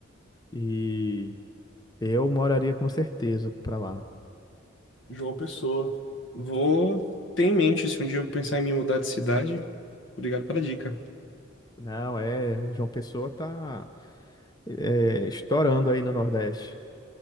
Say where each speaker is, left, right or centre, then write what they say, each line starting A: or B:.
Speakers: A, on the left (about 20°); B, on the left (about 65°).
A: e vinte e cinco. E eu moraria com certeza para lá.
B: João Pessoa. Vou ter em mente se um dia eu pensar em me mudar de cidade. Obrigado pela dica.
A: Não, é, João Pessoa tá é, estourando aí no Nordeste.